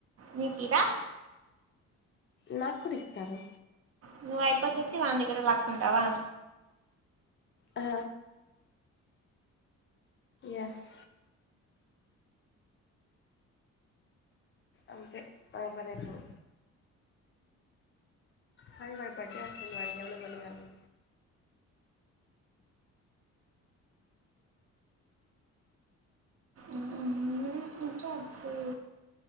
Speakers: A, on the right (about 50°); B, on the left (about 40°).
A: నీకుయిరా
B: నా కూడా ఇస్తారు
A: నువ్వు అయిపోకోకి వాందేగ్గర లాక్కుంటావా
B: ఆ ఎస్ అంతే నా పనేప్పుడు కానీ వాడి బర్త్డే వస్తుంది వాడికి ఏమైనా కొనియాలి
A: మ్మ్, చెప్పు.